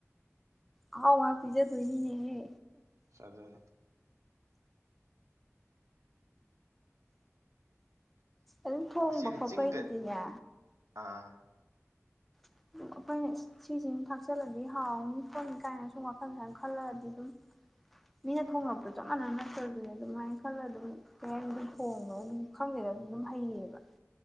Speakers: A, in the centre; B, on the right (about 75°).
A: ꯑꯍꯥꯎ ꯉꯥꯛ ꯄꯤꯖ ꯗꯣꯏꯅꯤꯅꯦꯍꯦ
B: ꯆꯖꯅꯤ
A: ꯑꯗꯨꯝ ꯊꯣꯡꯕ
B: ꯏꯆꯦꯅꯤ
A: ꯈꯣꯠꯄꯩꯁꯤꯗꯤꯅꯦ
B: ꯆꯤꯡꯒ ꯑꯥ
A: <inaudible> ꯑꯩꯈꯣꯏꯅ ꯁꯤꯁꯦ ꯑꯃ ꯊꯥꯛꯆꯜꯂꯗꯤ ꯍꯥꯎꯅꯤ ꯈꯣꯠꯅꯤ ꯀꯥꯏꯅ ꯁꯨꯝ ꯋꯥꯈꯜꯁꯨꯃꯥꯏꯅ ꯈꯜꯂꯒꯗꯤ ꯑꯗꯨꯝ ꯃꯤꯅ ꯊꯣꯉꯄꯗꯣ ꯆꯞ ꯃꯥꯟꯅꯅ ꯅꯠꯇ꯭ꯔꯗꯤꯅꯦ ꯑꯗꯨꯃꯥꯏꯅ ꯈꯜꯂ ꯑꯗꯨꯝ ꯀꯩꯍꯥꯏꯅꯤ ꯑꯗꯨꯝ ꯊꯣꯡꯉꯣ ꯑꯗꯨꯝ ꯈꯪꯗꯦ ꯑꯗꯨꯝ ꯍꯩꯌꯦꯕ